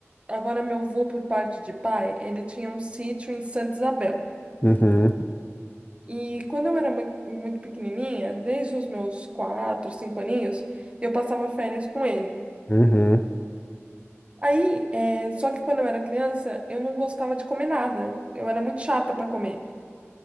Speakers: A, on the right; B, on the left.
A: agora meu avô, por parte de pai, ele tinha um sítio em Santa Isabel.
B: <laughs>
A: E quando eu era mui- muito pequenininha, desde os meus quatro, cinco aninhos, eu passava férias com ele.
B: Uhum, uhum,
A: Aí, é, só que quando eu era criança, eu não gostava de comer nada. Eu era muito chata para comer.